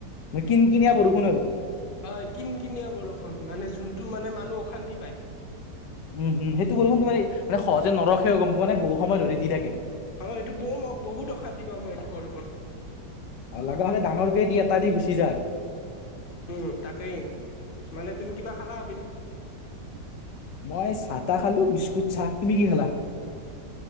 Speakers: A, on the left; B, on the left.
A: অ', কিন-কিনীয়া বৰষুণ, আৰু।
B: হয়, কিন-কিনিয়া বৰষুণ, মানে, যোনটো, মানে, মানুহ, অশান্তি পায়।
A: উম, সেইটো বৰষুণ, তোমাৰ, মানে, সহজে নৰখে, গম পোৱা নে, বহু সময় ধৰি, দি থাকে।
B: অ', এইটো, বম, বহুত, অশান্তি পাওঁ মই, এইটো বৰষুণ।
A: অ', লাগা হ'লে, ডাঙৰকে, দি, এটা দি, গুচি যা, আৰ।
B: উম, তাকেই, মানে, তুমি, কিবা খালা, আবেলি?
A: মই, চাহ-তাহ খালো, বিস্কুট, চাহ। তুমি, কি খালা?